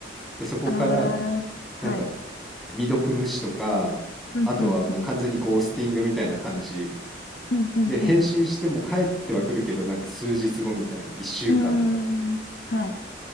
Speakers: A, in the centre; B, on the left (about 55°).
A: でそこから
B: ああ、
A: なんか
B: はい。
A: 未読無視とかあとはもう完全にゴースティングみたいな感じ
B: うんうんうん。うんうん
A: で、返信しても帰ってはくるけど、なんか数日後みたいな、1週間とか
B: うん。うーん。はい。